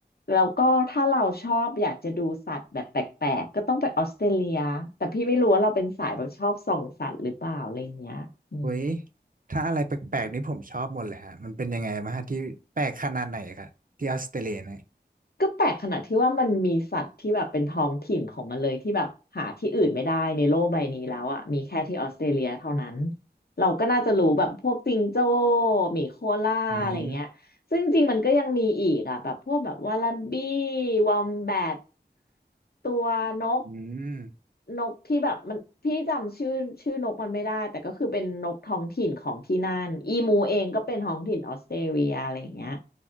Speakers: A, on the left (about 60°); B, on the right (about 50°).
A: แล้วก็ถ้าเราชอบอยากจะดูสัตว์แบบแปลกๆก็ต้องไปออสเตรเลียแต่พี่ไม่รู้ว่าเราเป็นสายแบบชอบส่องสัตว์หรือเปล่าอะไรเงี้ยอืม
B: เว้ยถ้าอะไรแปลกๆนี่ผมชอบหมดเลยฮะ มันเป็นยังไงมาฮะที่แปลกขนาดไหนครับที่ออสเตรเลียเนี่ย
A: ก็แปลกขนาดที่ว่ามันมีสัตว์ที่แบบเป็นท้องถิ่นของมันเลยที่แบบหาที่อื่นไม่ได้ในโลกใบนี้แล้วอ่ะมีแค่ที่ออสเตรเลียเท่านั้นเราก็น่าจะรู้แบบพวกจิงโจ้หมีโคล่าอะไรเงี้ยซึ่งจริงๆมันก็ยังมีอีกอ่ะแบบพวกแบบวาลาบี้
B: อืม
A: วอมแบท ตัวนก
B: อืม
A: นกที่แบบมันพี่จำชื่อชื่อนกมันไม่ได้แต่ก็คือเป็นนกท้องถิ่นของที่นั่นอีมูเองก็เป็นท้องถิ่นออสเตรเลียอะไรอย่างเงี้ย